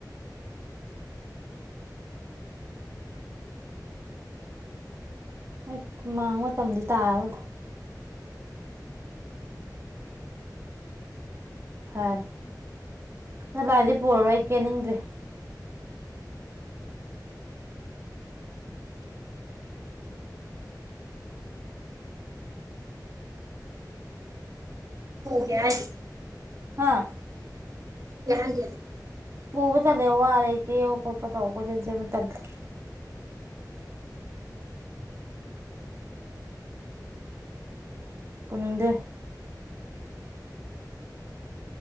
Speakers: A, on the right (about 35°); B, on the right (about 55°).
A: ꯑꯩ ꯃꯥꯡꯕ ꯃꯇꯝꯗꯤ ꯇꯥꯔꯔꯣꯏ ꯐꯔꯦ ꯅꯥꯞꯂꯥꯏꯗꯤ ꯄꯨꯔꯔꯣꯏ ꯑꯩ ꯀꯦꯅꯤꯡꯗ꯭ꯔꯦ
B: ꯄꯨꯒꯦ ꯍꯥꯏꯗꯦ
A: ꯍꯥꯥ
B: ꯀꯦ ꯍꯥꯏꯗꯦ
A: ꯄꯨꯕ ꯇꯟꯂꯦ ꯋꯥꯔꯦ ꯀꯦꯕ ꯈꯣꯠꯄ ꯇꯧꯕ ꯀꯣꯏꯆꯦꯟ ꯆꯦꯟꯕ ꯇꯟꯂꯦ ꯄꯨꯅꯤꯡꯗꯦ